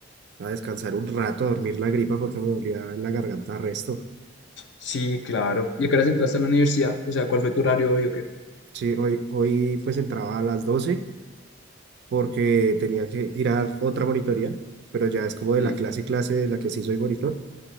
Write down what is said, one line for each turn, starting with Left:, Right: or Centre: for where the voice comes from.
Right: a descansar un rato, a dormir la gripa porque me dolía en la garganta resto.
Left: Sí, claro. ¿Y a qué horas entraste a la universidad? O sea, ¿cuál fue tu horario hoy o qué?
Right: Sí, hoy, hoy pues entraba a las 12 porque tenía que ir a dar otra monitoría, pero ya es como de
Left: Sí.
Right: la clase, clase de la que sí soy monitor.